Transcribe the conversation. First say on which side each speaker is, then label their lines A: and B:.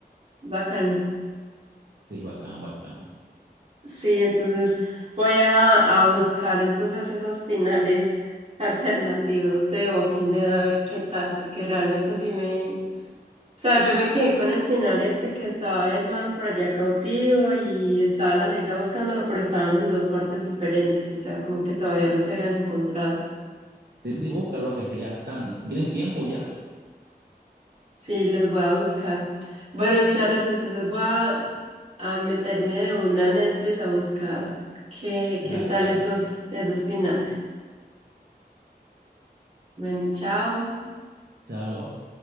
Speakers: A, on the right (about 40°); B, on the right (about 70°).
A: Bacano.
B: sí, bacán, bacán.
A: Sí, entonces voy a, a buscar entonces esos finales <laughs> alternativos de Walking Dead a ver qué tal, porque realmente sí me... O sea, yo me quedé con el final este que estaba Edman por allá cautivo y estaba la negra buscándolo, pero estaban en dos partes diferentes, o sea, como que todavía no se habían encontrado.
B: Sí, sí, búscalo que ya están. ¿Tienen tiempo ya?
A: Sí, los voy a buscar. Bueno, Charles, entonces voy a, a meterme de una a Netflix a buscar qué,
B: Dale,
A: qué tal
B: dale.
A: esos, esos finales. Bueno, chao.
B: Chao.